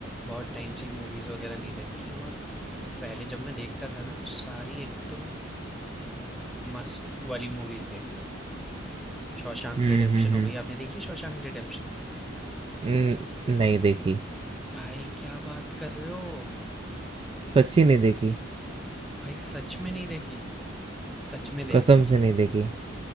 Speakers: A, in the centre; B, on the right.
A: बहुत टाइम से मूवीज़ वगैरह नहीं देखी और पहले जब मैं देखता था ना तो सारी एकदम मस्त वाली मूवीज़ देखता था शॉशैंक
B: हम्म
A: रिडेम्पशन
B: हम्म हम्म
A: हो गई आपने देखी है शॉशैंक रिडेम्पशन
B: न- नहीं देखी
A: भाई क्या बात कर रहे हो
B: सच्ची नहीं देखी
A: भाई सच में नहीं देखी सच में देखनी
B: कसम
A: चाहिए
B: से नहीं देखी